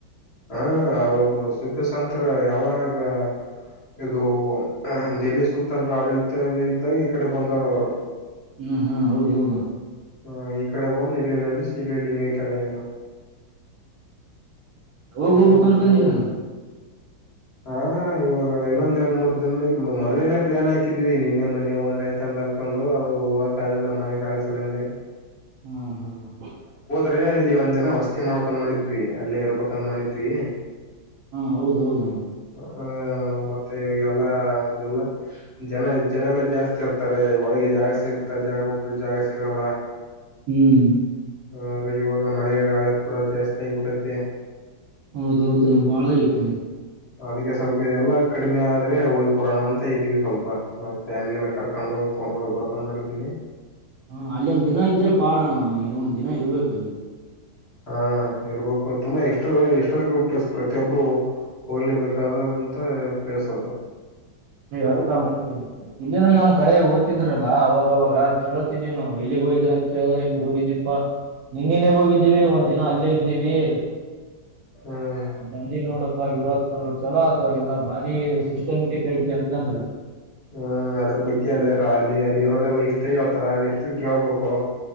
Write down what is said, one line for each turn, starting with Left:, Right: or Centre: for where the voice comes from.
Left: ಹಾ ಅವ್ರೊಬ್ರು ಸುಪಿಸಂತರು ಯಾವಾಗ ಇದು ಡೆಲ್ಲಿ ಸುಲ್ತಾನ್ರ ಆಡಳಿತ ಇದ್ದಾಗ ಈ ಕಡೆ ಬಂದರು ಅವರು
Right: ಹ್ಮ ಹಾ ಹೌದ್ದಾ
Left: ಹ ಈ ಕಡೆ ಬಂದು ಇಲ್ಲೇ ನೆಲೆಸಿ ಇಲ್ಲೆ ಲಿಂಗೈಕ್ಯ ಆಗ್ಯಾರ
Right: ಯಾವ ಹೋಗಬೇಕ
Left: ಹ್ಮ
Right: ಅನ್ಕೊಂಡಿದ್ರಣ
Left: ಹಾ ಇವಾಗ ಇನ್ನೊಂದೆರಡು ಮೂರ್ ದಿನ ಇ ಮೊದ್ಲೇನೆೇ ಪ್ಲಾನ್ಾಕಿದ್ವಿ ನಿನ್ನೆ ಮೊೆ ಹೋದ್ರ ಐತೆ ಅಂತ ಅನ್ಕೊಂಡ್ರು ಅ ಹೋಗಕ ಆಗಿಲ್ಲ ಮಳೆ ಕಾಳೆ ಸಲಿಂದೆ
Right: ಹ್ಮ್ ಹ್ಮ್
Left: ್ರೆ ಅಲ್ಲಿ ಒಂದ್ ದಿನ ವಸ್ತಿ ಮಾಡ್ಕ್ಂದನ್ ಮಾಡಿದ್ವಿ ಅಲ್ಲೇ ಇರ್ಬೇಕಕ್ ಅಂದ ಮಾಡಿದ್ವಿ
Right: ಹಾ ಹೌದೌದಣ
Left: ಹ್ಮ ಮತ್ತೆ ಇವಗೆಲ್ಲ ಇಲ್ಲಲ್ಲ ಜನ ಜನ ಎಲ್ಲಾ ಜಾಸ್ತಿ ಇರ್ತಾರೆ ಒಳಗೆ ಜಾಗ ಸಿಗುತ್ತಾ ಜಾಗ ಒಬ್್ರ ಜಾಗ ಸಿಗಲ್ಲ
Right: ಹ್ಮ್
Left: ಆದ್ರೆ ಇವಾಗ ಮಳೆಗಳ ಕೂಡ ಜಾಸ್ತಿ ಆಗಬಿಟ್ಟೆ
Right: ಹೌದೌದು ಬಾಳ ಐತೆನೆ
Left: ಅದಕ್ಕೆ ಸ್ವಲ್ಪ ಎದೆಲ್ಲಾ ಕಡಿಮೆ ಆದ್ರೆ ಹೋಗಿ ಬರೋಣ ಅಂತ ಇದ್ದೀವಿ ಸ್ವಲ್ಪ ನಮ್ ಫ್ಯಾಮಿಲಿ ಎಲ್ಲ ಕರ್ಕೊಂಡು ಹೋಗಿ ಹೋಗಿ ಬರಕ್ ಮಾಡಿದೀನಿ
Right: ಹ ಅಲ್ಲಿ ಒಂದ್ ದಿನ ಇದ್ರೆ ಪಾಡೋಣ ಇರ ಒಂದ್ ದಿನ ಇರ್ಬೇಕಲ್ಲಿ
Left: ಹಾ ಇರ್ಬು ತುಂಬಾ ಎ ಎಲ್ ಪ್ಲೇಸ್ ಪ್ರತಿಯೊಬ್ಬರು ಹೋಗ್ಲೇಬೇಕಾದಂತ ಪ್ಲೇಸ್ ಅದು
Right: ಯದ ಇಲ್ಲಿನ ನಮ್ ಕಡೆ ಓ್ತಿದ್ರಲ್ಲಾ ಅವಾಗವಾಗ ಕೇಳ್ತಿದೀವಿ ನಾವವು ಎಲ್ಲಿಗ್ ಹೋಗಿದ್ರ ಅಂತ ಕೇಳಿದ್ರ ಹಿಂಗ್ ಹೋಗಿದ್ದೀಪಾ ನಿನ್ನನೆೇ ಹೋಗಿದ್ದೀವಿ ಒಂದ್ ದಿನ ಅಲ್ಲೇ ಇದ್ದೀವಿ
Left: ಹ್ಮ್
Right: ಬಂದಿ ನೋಡಪ್ಪಾ ಇವತ್ತು ಚಲೋ ಅ ಎಲ್ಲಾ ಭಾರಿ ಸಿಸ್ಟಮೆಟಿಕ್ ಐತಿ ಅಂತಂದ್ರೆ
Left: ಹ ಅದ್ರ ಬಗ್ಗೆ ಅಲ್ಲಾರ ಅಲ್ಲಿ ಅಲ್ಲಿ ಇರೋರೆಲ್ಲ ಇಷ್ಟ ಹತಾರಷ್ಟ ತು ಗ ಬಪ್ಪು